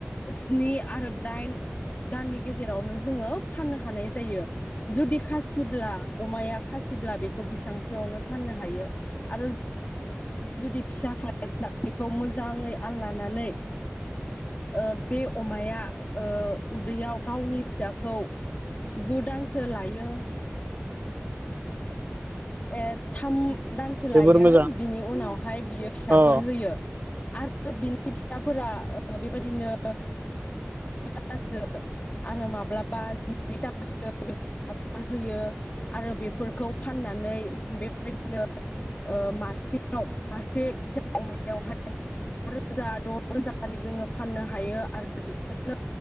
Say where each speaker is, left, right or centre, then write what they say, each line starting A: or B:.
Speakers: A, on the left; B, on the right.
A: स्नि आरो दाइन दाननि गेजेरावनो जोङो फाननो हानाय जायो जुदि खासिब्ला अमाया खासिब्ला बेखौ बिसां सोआवनो फाननो हायो आरो जुदि फिसा बेखौ मोजाङै आल लानानै ओ बे अमाया ओ उदैयाव गावनि फिसाखौ गु दानसो लायो । <inaudible> एद थाम दानसो
B: जोबोर
A: लायो
B: मोजां
A: बिनि उनावहाय बियो फिसाफोर
B: अ
A: होयो । आरो बिनि फिथ <inaudible> फिसाफोरा ओ बेबायदिनो <inaudible> आरो माब्लाबा जिनै दानसो होयो आरो बेफोरखौ फानना नै बेबायदिनो ओ मासेयाव मासे फिसा अमायावहाय <inaudible> बा रोजा द' रोजानि जोङो <inaudible> फाननो हायो आरो बिजोंनो